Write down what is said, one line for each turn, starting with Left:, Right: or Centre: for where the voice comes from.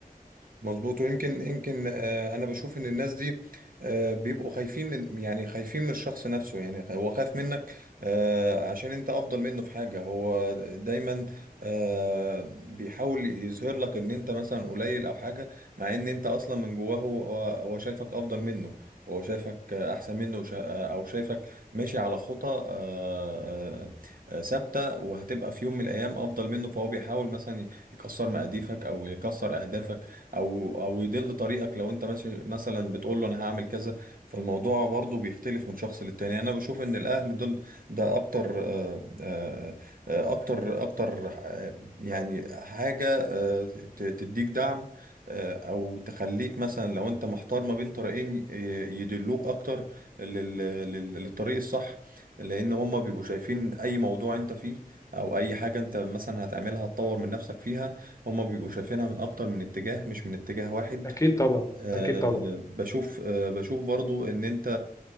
Right: مظبوط ويمكن يمكن آه، انا بشوف ان الناس دي آه، بيبقوا خايفين من يعني خايفين من الشخص نفسه يعني هو خايف منك آه، عشان انت افضل منه في حاجة هو دايما آه، بيحاول يظهر لك ان انت مثلا قليل او حاجة مع ان انت اصلا من جواه هو هو شايفك افضل منه هو شايفك آه، احسن منه وشا- او شايفك ماشي على خطى آه، آه، ثابتة وهتبقى في يوم من الايام افضل منه فهو بيحاول مثلا يكسر مقاديفك او يكسر اهدافك او او يدل طريقك لو انت ماشي مثلا بتقول له انا هعمل كذا فالموضوع برضو بيختلف من شخص للتاني انا بشوف ان الاهل دول ده اكتر آه، آه، آه، اكتر اكتر آه، يعني حاجة آه، ت- تديك دعم آه، او تخليك مثلا لو انت محتار ما بين طريقين ي- يدلوك اكتر لل- لل- للطريق الصح لان هما بيبقوا شايفين اي موضوع انت فيه او اي حاجة انت مثلا هتعملها هتطور من نفسك فيها هما بيبقوا شايفينها من اكتر من اتجاه مش من اتجاه واحد
Left: أكيد طبعا
Right: أه
Left: أكيد طبعا
Right: بشوف أه بشوف برضو ان انت